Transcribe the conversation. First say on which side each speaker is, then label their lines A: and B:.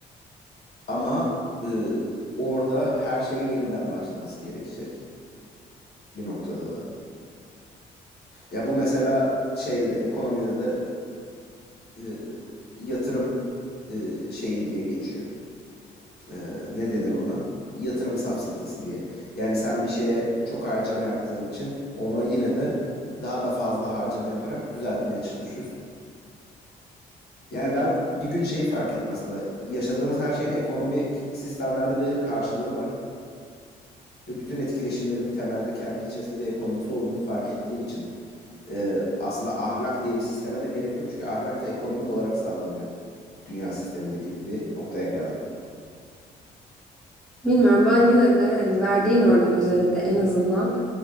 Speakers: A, on the left; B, in the centre.
A: Ama e, orada her şeyi yeniden başlaması gerekecek bir noktada da. Ya bu mesela şeyde de ekonomide de e, yatırım e, şeyi diye geçiyor. E, ne denir ona? Yatırım safsatası diye. Yani sen bir şeye çok harcama yaptığın için ona yine de daha da fazla harcama yaparak düzeltmeye çalışıyorsun. Yani ben bir gün şeyi fark ettim aslında. Yaşadığımız her şeyin ekonomik sistemlerde bir karşılığı var. Ve bütün etkileşimlerin temelde kendi içerisinde bir ekonomisi olduğunu fark ettiğim için e, aslında ahlak diye bir sisteme de gerek yok. Çünkü ahlak da ekonomik olarak sağlanıyor dünya sisteminde gibi bir noktaya geldim.
B: Bilmiyorum ben yine de hani verdiğin örnek özelinde en azından